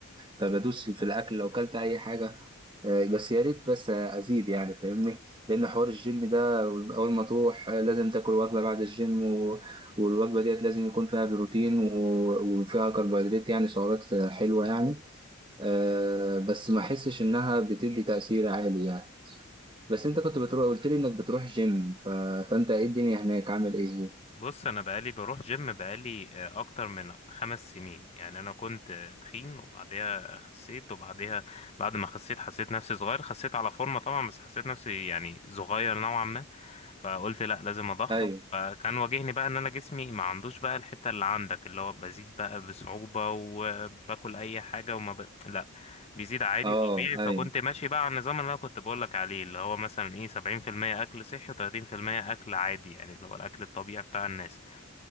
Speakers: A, on the right (about 20°); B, on the left (about 30°).
A: فبدوس في الاكل لو اكلت اي حاجه آه، بس يا ريت بس ازيد يعني فاهمني لان حوار الجيم ده اول ما تروح آه، لازم تاكل وجبه بعد الجيم و... والوجبه ديت لازم يكون فيها بروتين و... وفيها كربوهيدرات يعني سعرات آه، حلوه يعني آه، بس ما احسش انها بتدي تاثير عالي يعني بس انت كنت بتروح قلت لي انك بتروح جيم ف... فانت ايه الدنيا هناك عامل ايه
B: بص انا بقالي بروح جيم بقالي آه، اكتر من خمس سنين يعني انا كنت آه، تخين وبعديها خسيت وبعديها بعد ما خسيت حسيت نفسي صغير خسيت على فورمة طبعا بس حسيت نفسي يعني صغير نوعا ما فقلت لا لازم اضخم
A: ايوه
B: فكان واجهني بقى ان انا جسمي ما عندوش بقى الحتة اللي عندك اللي هو بزيد بقى بصعوبة وباكل اي حاجة وما ب... لا بيزيد عادي
A: اه
B: طبيعي
A: ايوه
B: فكنت ماشي بقى على النظام اللي انا كنت بقولك عليه اللي هو مثلا ايه سبعين في المية اكل صحي وتلاتين في المية اكل عادي يعني اللي هو الاكل الطبيعي بتاع الناس